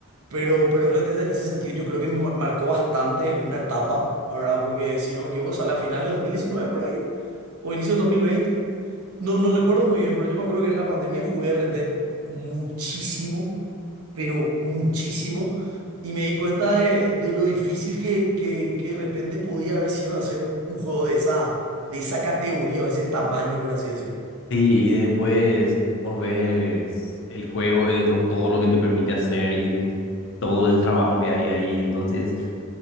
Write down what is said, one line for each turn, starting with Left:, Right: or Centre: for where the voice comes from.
Right: Pero, pero Red Dead en ese sentido yo creo que ma- marcó bastante una etapa, ¿verdad? Porque si no me equivoco sale a finales de 2019 por ahí o inicio del dos mil veinte No, no recuerdo muy bien, pero yo me acuerdo que en la pandemia jugué Red Dead muchísimo, pero muchísimo. Y me di cuenta de, de lo difícil que, que, que de repente podía haber sido hacer un juego de esa, de esa categoría, o de ese tamaño, por así decir.
Left: Sí, y después vos ves el juego, el doc- todo lo que te permite hacer y ves todo el trabajo que hay ahí. Entonces,